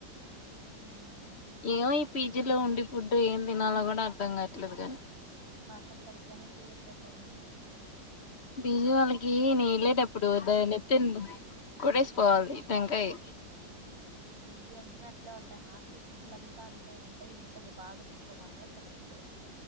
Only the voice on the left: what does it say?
ఏమో ఈ పీజీలో ఉండి ఫుడ్ ఏం తినాలో కూడా అర్ధం కావట్లేదు కాగాని
పిజీ వాళ్ళకి ఎనేనె వెళ్ళలేటప్పుడు
ద నెత్తంది కుడే స్ పాల్ది టెంకాయ్